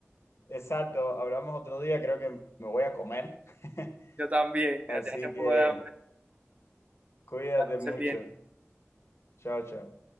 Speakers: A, on the left (about 65°); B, on the right (about 30°).
A: Exacto, hablamos otro día, creo que me voy a comer. <laughs>
B: Yo también,
A: Así
B: ya te hace un
A: que
B: poco de hambre.
A: cuídate
B: Que la pases
A: mucho.
B: bien.
A: Chao, chao.